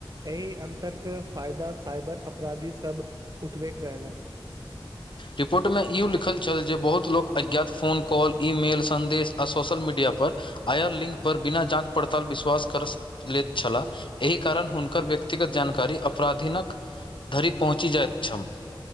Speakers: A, on the right; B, on the left.
A: एहि अन्तरके फायदा फाइबर अपराधीसभ उठबैत रहलए
B: रिपोर्ट में इो लिखल छल जे बहुत लोको अज्ञात फोन कॉल ई मेल सन्देश आ सोशल मीडिया पर आया लिंक पर बिना जाँच पड़ताल विश्वास कर लेैत छलाह एहि कारण हुनकर व्यक्तिगत जानकारी अपराधीनक धरि पहुँचि जाइत छल